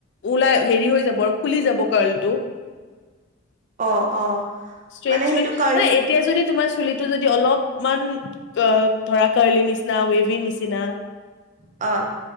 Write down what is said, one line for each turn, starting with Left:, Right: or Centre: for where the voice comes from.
Left: ওলাই হেৰি হৈ যাব আৰু খুলি যাব কাৰ্লটো।
Right: অ', অ',
Left: ষ্ট্ৰেট
Right: মানে
Left: চুলিত
Right: সেইটো
Left: আৰে
Right: কাৰ
Left: মানে এতিয়া যদি তোমাৰ চুলিটো যদি অলপ ইমান অ ধৰা কাৰলি নিচিনা ৱেভি নিচিনা
Right: অ'।